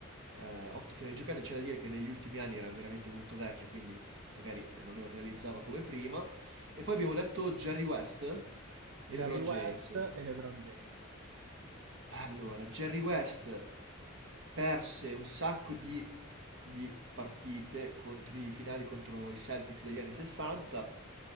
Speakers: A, on the right; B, on the right.
A: Eh, 8 finali giocate, c'è da dire che negli ultimi anni era veramente molto vecchio, quindi magari non realizzava come prima. E poi abbiamo detto Jerry West e
B: Jerry
A: LeBron
B: West
A: James.
B: e LeBron James.
A: Allora, Jerry West perse un sacco di, di partite, contro, di finali contro i Celtics degli anni 60,